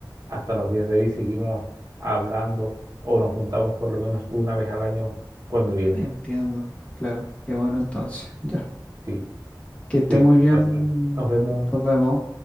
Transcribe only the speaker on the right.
hasta los días de hoy seguimos hablando o nos juntamos por lo menos una vez al año cuando viene.
Sí,
cuídate
entonces. Nos vemos.